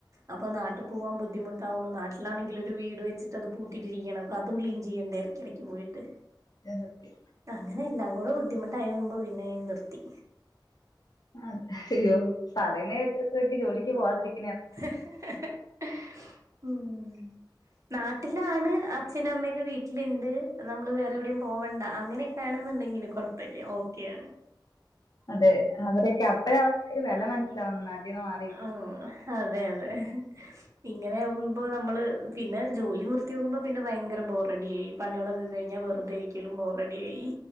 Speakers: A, on the right; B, on the left.
A: അപ്പ നാട്ടു പോവാൻ ബുദ്ധിമുട്ട്- താവൊള്ളൂ നാട്ടിലാണെങ്കിലൊരു വീട് വച്ചിട്ടത് പൂട്ടിട്ടിരിക്കണ പതും ക്ലീൻ ചെയ്യണ്ടേ എടക്കിടക്ക് പോയിട്ട്.
B: <unintelligible> സത്യ.
A: അങ്ങനെ എല്ലാം കൂടെ ബുദ്ധിമുട്ടായകുമ്പോ പിന്നെ നിർത്തി.
B: അതെ യ്യോ പറയുന്ന കേട്ടിട്ടിൻക് ജോലിക്ക് പോവാതിരിക്-
A: ഉം. നാട്ടിലാണ് അച്ഛനും അമ്മൊക്കെ വീട്ടില്ണ്ട്, നമ്മള് വേറെവിടിം പോവണ്ട അങ്ങനെ. വേണെന്നുണ്ടെങ്കില് കൊഴപ്പില്ല ഓക്കെയണ്.
B: അതെ അവരൊക്കെ അപ്പഴ <unintelligible> ക്കെരു വെല മനസ്സിലാവുന്ന നാട്ടീന്ന് മാറി
A: ആഹ് അതെ അതെ. ഇങ്ങനെ ആകുമ്പോ നമ്മള് പിന്നെ ജോലി വിർത്ത്യോക്കുമ്പോ പിന്നെ ഭയങ്കര ബോറഡിയായി. പണ്യളൊക്ക കഴിഞ്ഞാ വെറുതെരിക്കലും ബോറഡിയായി.